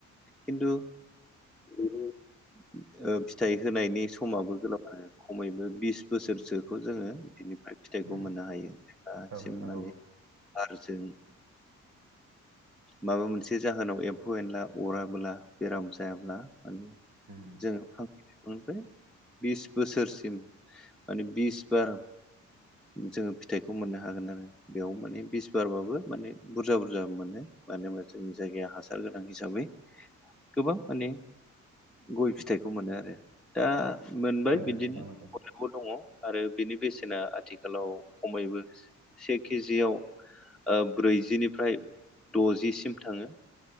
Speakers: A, in the centre; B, on the right (about 65°).
A: खिन्थु ओ फिथाइ होनायनि समाबो <unintelligible> खमैबो बिस बोसोरसोखौ जोङो बिनिफ्राय फिथाइखौ
B: उम
A: मोननो हायो। दासिम
B: औ नंगौ
A: माने आरो जों माबा मोनसे जाहोनाव एम फौ एनला अराबोला बेराम जायाब्ला माने
B: उम
A: जोङो <inaudible> ओमफ्राय बिस बोसोरसिम माने बिस बार जोङो फिथाइखौ मोननो हागोन आरो। बेयाव माने बिस बारबाबो माने बुरजा बुरजा मोनो मानो होनबा जोंनि जायगाया हास सार गोनां हिसाबै गोबां माने गय फिथाइखौ मोनो आरो। दा मोनबाय
B: नंगौ
A: बिदिनो
B: नोंथां नंगौ
A: दङ आरो बिनि बेसेना आथिखालाव खमैबो से केजियाव ब्रैजिनिफ्राय द'जिसिम थाङो